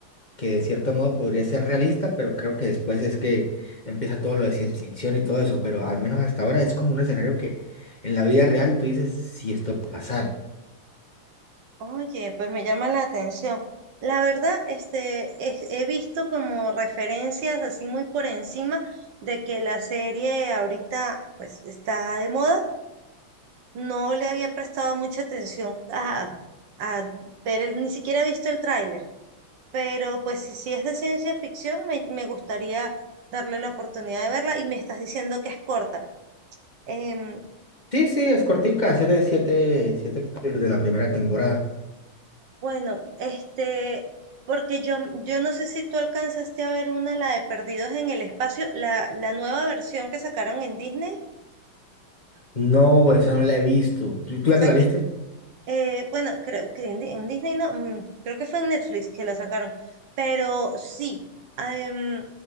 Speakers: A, on the left (about 25°); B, on the right (about 60°).
A: que de cierto modo podría ser realista, pero creo que después es que empieza todo lo de ciencia ficción y todo eso, pero al menos hasta ahora es como un escenario que en la vida real tú dices si esto puede pasar.
B: Oye, pues me llama la atención. La verdad, este, es- he visto como referencias así muy por encima de que la serie ahorita pues está de moda. No le había prestado mucha atención a, a ver, el- ni siquiera he visto el tráiler, pero pues si, si es de ciencia ficción, me, me gustaría darle la oportunidad de verla y me estás diciendo que es corta. Em,
A: Sí, sí, es cortica, siete, siete, siete capítulos de la primera temporada.
B: Bueno, este, porque yo, yo no sé si tú alcanzaste a ver una, la de Perdidos en el Espacio, la, la nueva versión que sacaron en Disney. O
A: No, esa no la he visto. ¿Tú, tú ya
B: sea
A: te la viste?
B: que, eh, bueno, creo que en, Di- en Disney no, mm, creo que fue en Netflix que la sacaron. Pero sí, ah, em,